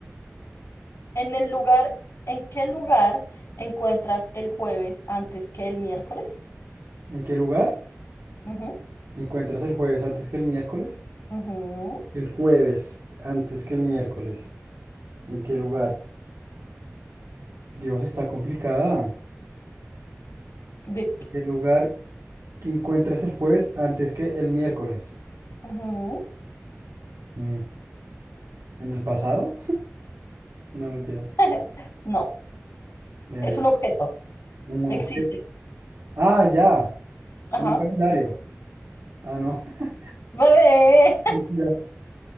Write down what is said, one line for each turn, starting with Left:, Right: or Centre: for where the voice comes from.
Left: En el lugar, ¿en qué lugar encuentras el jueves antes que el miércoles?
Right: ¿En qué lugar
Left: Ujú,
Right: encuentras el jueves antes que el miércoles?
Left: ujú.
Right: El jueves, antes que el miércoles. ¿En qué lugar? Dios, está complicada.
Left: De...
Right: ¿Qué lugar que encuentras el jueves antes que el miércoles?
Left: Ujú.
Right: Mm, ¿En el pasado? No, mentira.
Left: <laughs> No,
Right: Eh,
Left: es un objeto.
Right: un
Left: Existe.
Right: objeto. Ah, ya.
Left: Ajá.
Right: En un calendario. Ah, no. <laughs>
Left: Bebé.
Right: Mentira.